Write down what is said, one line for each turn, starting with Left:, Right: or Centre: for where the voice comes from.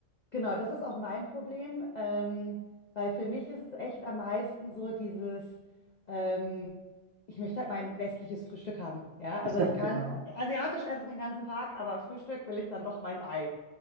Left: genau, das ist auch mein Problem, ähm, weil für mich ist es echt am meisten so dieses, ähm, ich möchte halt mein westliches Frühstück haben. Ja, also
Right: <laughs> Ja,
Left: ich kann
Right: genau.
Left: asiatisch essen den ganzen Tag, aber Frühstück will ich dann doch mein Ei.